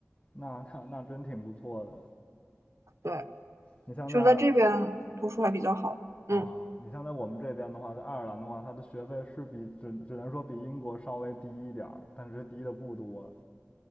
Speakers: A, on the left (about 30°); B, on the right (about 65°).
A: 那那那真挺不错的。
B: 对，
A: 你像在
B: 就在这边读书还比较好。
A: 啊，
B: 嗯
A: 你像在我们这边的话，在爱尔兰的话，它的学费是比只只能说比英国稍微低一点儿，但是低的不多。